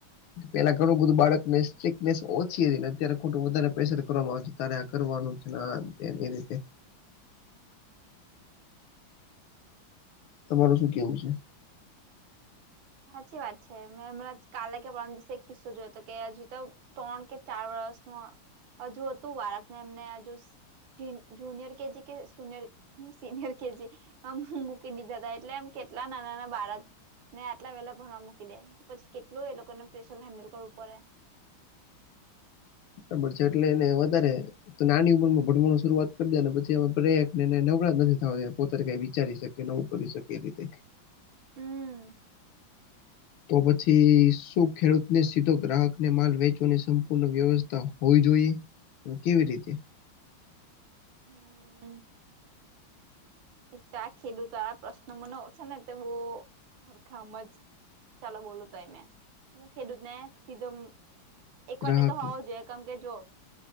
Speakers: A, on the left; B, on the right.
A: પેલા ઘણું બધું બાળક સ્ટીકનેસ ઓછી હતીને અત્યારે ખોટું વધારે પ્રેશર કરવામાં આવે છે. તારે આ કરવાનું છે ના આ રીતે. તમારું શું કેવું છે?
B: સાચી વાત છે મેં હમણાં કાલે કે પરમ દિવસે એક કિસ્સો જોયો હતો કે હજી તો ત્રણ કે ચાર વર્ષનું હજુ હતું વારકને એમને હજુ જ જુનિયર કે કેજી કે સુનિયર હું સીનિયર કે કેજી. મૂકી દીધા હતા એટલે એમ કેટલા નાના નાના બાળકને કેટલા વેલા ભરવા મૂકી દે તો પછી કેટલુંએ લોકોને પ્રેશર હેન્ડલ કરવું પડે.
A: બરાબર છે એટલે એને વધારે તો નાની ઉંમર માં ભણવાનું શરૂઆત કરી દે પછી એ પ્રને નવરા નથી થવા પોતાનું કઈ વિચારી શકે. કે નવું કરી શકે એ રીતે
B: હમ.
A: તો પછી શું ખેડૂતને સીધો ગ્રાહકને માલ વેચવાની સંપૂર્ણ વ્યવસ્થા હોવી જોઈએ. હ કેવી રીતે?
B: હમ. એક તો આ ખેડૂત વાળા પ્રશ્ન મન છે ને તે બોવ હરખા સમજ ચાલો બોલું તોય મેં હું ખેડૂતને સીધો એકવાર
A: ગ્રાહકને
B: તો હોવો જોઈએ કેમ કે જો